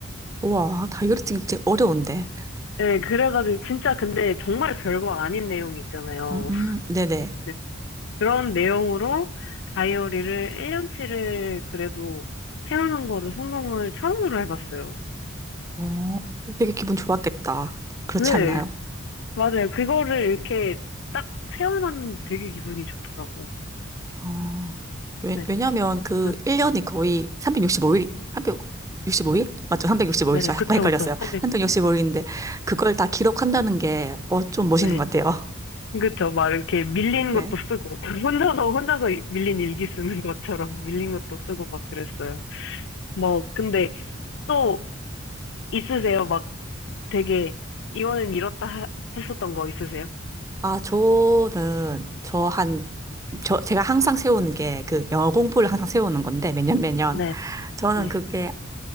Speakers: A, on the right; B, on the left.
A: 우와, 다이어리증 진짜 어려운데.
B: 네, 그래가지고 진짜 근데 정말 별거 아닌 내용이 있잖아요.
A: 음, 음, 네네.
B: <laughs> 그런 내용으로 다이어리를 1년치를 그래도 채우는 거를 성공을 처음으로 해봤어요.
A: 어, 되게 기분 좋았겠다. 그렇지
B: 네,
A: 않나요?
B: 맞아요. 그거를 이렇게 딱 세워놨는데 되게 기분이 좋더라고요.
A: 어, 왜,
B: 네,
A: 왜냐면 그
B: 응,
A: 1년이 거의 365일, 365일? 맞죠? 365일이죠.
B: 네,
A: 약간
B: 그쵸,
A: 헷갈렸어요.
B: 그쵸. 근데,
A: 365일인데, 그걸 다 기록한다는 게, 어, 좀 멋있는
B: 네,
A: 것 같아요.
B: 그쵸. 막 이렇게 밀린
A: 네.
B: 것도 쓰고, <laughs> 혼자서, 혼자서 밀린 일기 쓰는 것처럼 밀린 것도 쓰고 막 그랬어요. 뭐, 근데 또 있으세요? 막 되게, 이거는 이렇다 하- 했었던 거 있으세요?
A: 아, 저는, 저 한, 저, 제가 항상 세우는 게, 그, 영어 공부를 항상 세우는 건데, 매년 매년.
B: 네,
A: 저는
B: 네,
A: 그게